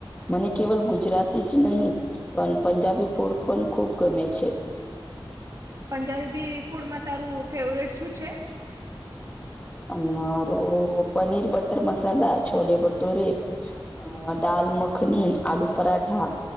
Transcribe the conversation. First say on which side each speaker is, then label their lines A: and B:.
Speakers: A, on the left; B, on the right.
A: મને કેવલ ગુજરાતી જ નહીં પણ પંજાબી ફૂડ પણ ખૂબ ગમે છે.
B: પંજાબી ફૂડમાં તારું ફેવરેટ શું છે.
A: અમારો પનીર બટર મસાલા છોલે ભટુરે અ દાલ મખની આલુ પરાઠા